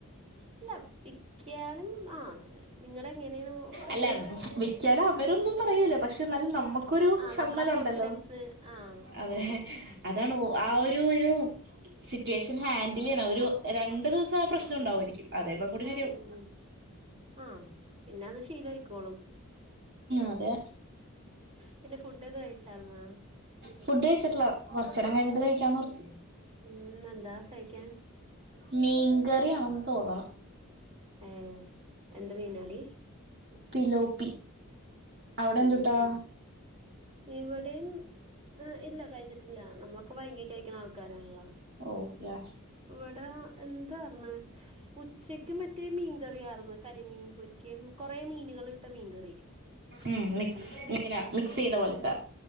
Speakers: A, on the right; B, on the right.
A: ഇല്ല വിക്കിയലും ആഹ് നിങ്ങടെ എങ്ങനെയാണ്
B: അല്ല
A: ഇത്
B: വിക്കിയാലും അവരൊന്നും പറയൂല. പക്ഷെ ന്നാലും നമ്മക്- ക്കൊരു
A: ആഹ്
B: ചമ്മലുണ്ടല്ലോ
A: നമ്മുടെ ആ കോൺഫിഡൻസ് ആഹ്
B: അതെ
A: പോകും
B: അതാണ് ആ ഒരു ഒരു സിറ്റുവേഷൻ ഹാൻഡിലെയ്യണം ഒരു രണ്ടു ദിവസം ആ പ്രശ്നം ണ്ടാവായിരിക്കും അതേപ്പങ്ങോട്ട് ശെരിയാവും
A: ഉം ഉം ആഹ് പിന്നത് ശീലായിക്കോളും
B: അതെ
A: പിന്നെ ഫുഡ്ടൊക്കെ കഴിച്ചാർന്നാ
B: ഫുഡ് കഴിച്ചിട്ടില്ല കൊർച്ചേരം കഴിഞ്ഞിട്ട് കഴിക്കാന്നോർത്
A: ഉം എന്താ കഴിക്കാൻ
B: മീൻകറിയാണെന്ന് തോന്ന്ണ്
A: ഏഹ് എന്ത് മീനാടി
B: പിലോപ്പി അവിടെന്തുട്ടാ
A: ഓഹ് ഇവിടെയും ഇല്ല കഴിച്ചിട്ടില്ല നമ്മക്- ക്കൊ വൈകി കഴിക്കണ ആൾക്കാരാണല്ലോ
B: ഓ യാ
A: ഇവടെ എന്താ പർഞ്ഞെ ഉച്ചക്ക് മറ്റേ മീൻകറിയാർന്ന്, കരിമീൻ പൊരി കൊറേ മീനുകളിട്ട മീൻകറി
B: ഏഹ് മിക്സ് ഇങ്ങന മിക്സെയ്ത പോലെത്തെ